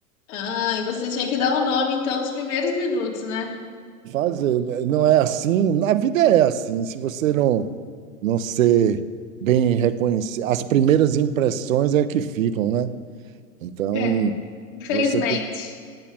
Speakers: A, on the left; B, on the right.
A: Ah, e você tinha que dar o nome então dos primeiros minutos, né?
B: fazer. né? Não é assim. Na vida é assim. Se você não, não ser bem reconhecido, as primeiras impressões é que ficam, né? Então,
A: É, infelizmente.
B: você tem-